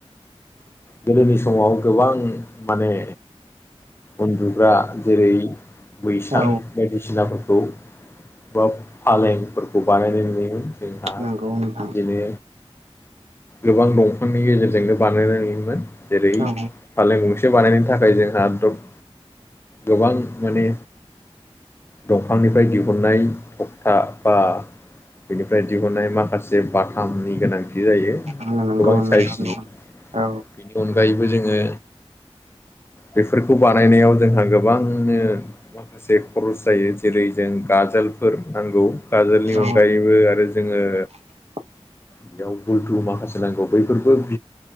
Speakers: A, on the left (about 20°); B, on the right (about 80°).
A: गोदोनि समाव गोबां माने उन्दुग्रा जेरै बैसां
B: औ
A: बायदिसिनाफोरखौ बा फालेंफोरखौ बानायनाय नुयो जोंहा
B: नंगौ नोंथां
A: बिदिनो गोबां दंफांनि गेजेरजोंनो बानाय नुयोमोन जेरै
B: औ
A: फालें गंसे बानायनो थाखाय जोंहा द्रब गोबां माने दंफांनिफ्राय दिहुननाय तखथा बा बेनिफ्राय दिहुननाय माखासे बाथामनि गोनांथि जायो
B: ओ नांगौ
A: गोबां
B: नोंगौ
A: साइसनि
B: नोंथां औ
A: बेनि अनगायैबो जोङो बेफोरखौ बानायनायाव जोंहा गोबांनो माखासे खरस जायो जेरै जों गाजोलफोर नांगौ गाजोलनि
B: औ
A: अनगायैबो आरो जोङो
B: <inaudible>
A: बेयाव बुलथु माखासे नांगौ बैफोरबो